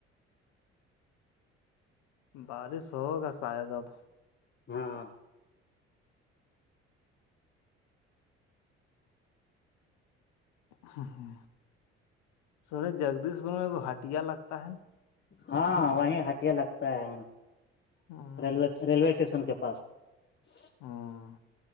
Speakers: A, on the left (about 65°); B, on the left (about 35°).
A: بارش ہوگا شاید اب
B: ہاں
A: ہ ہ سنیں جگدیش پور میں ہٹیا لگتا ہے نا
B: ہاں وہیں ہٹیا لگتا ہے
A: ہ
B: ریوے ریلوے اسٹیشن کے پاس جی
A: ہوں